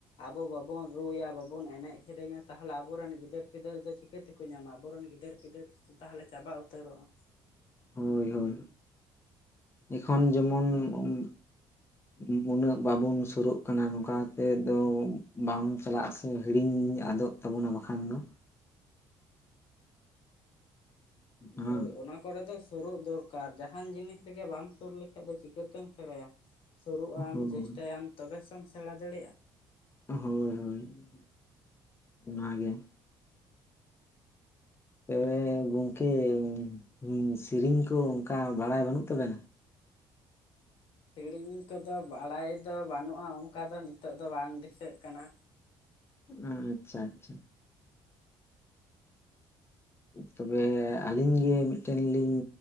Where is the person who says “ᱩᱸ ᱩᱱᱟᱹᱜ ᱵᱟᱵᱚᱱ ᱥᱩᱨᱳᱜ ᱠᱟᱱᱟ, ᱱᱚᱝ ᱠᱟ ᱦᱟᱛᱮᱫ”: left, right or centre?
Left